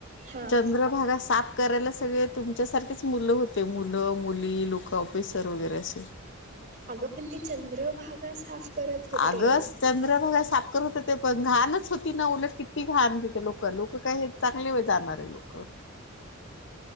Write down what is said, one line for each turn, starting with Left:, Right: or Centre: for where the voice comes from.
Right: हा
Left: चंद्रभागा साफ करायला सगळे तुमच्यासारखेच मुलं होते, मुलं, मुली, लोक, ऑफिसर वगैरे असे.
Right: अगं पण ते चंद्रभागा साफ करत होते.
Left: आगस् चंद्रभागा साफ कर होते ते पण घाणच होती ना उलट किती घाण तिथं लोकं, लोकं काय चांगले वेळ जाणारे लोक.
Right: <inaudible>